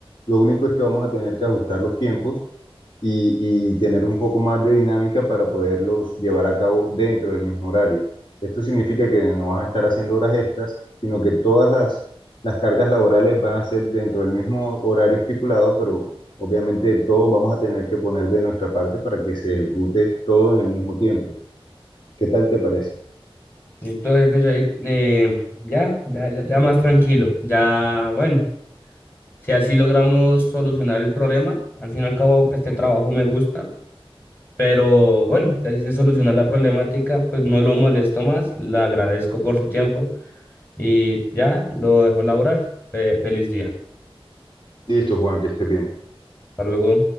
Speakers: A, on the left; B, on the left.
A: Lo único es que vamos a tener que ajustar los tiempos y, y tener un poco más de dinámica para poderlos llevar a cabo dentro del mismo horario. Esto significa que no vas a estar haciendo horas extras, sino que todas las, las cargas laborales van a ser dentro del mismo horario estipulado, pero obviamente todos vamos a tener que poner de nuestra parte para que se ejecute todo en el mismo tiempo. ¿Qué tal te parece?
B: listo, jefe Jair. Eh, ya, ya, ya, ya más tranquilo. Ya, bueno, si así logramos solucionar el problema, al fin y al cabo este trabajo me gusta. Pero bueno, así se soluciona la problemática, pues no lo molesto más, le agradezco por su tiempo y ya lo dejo laborar. Fe- feliz día.
A: Listo, Juan, que estés bien.
B: Hasta luego.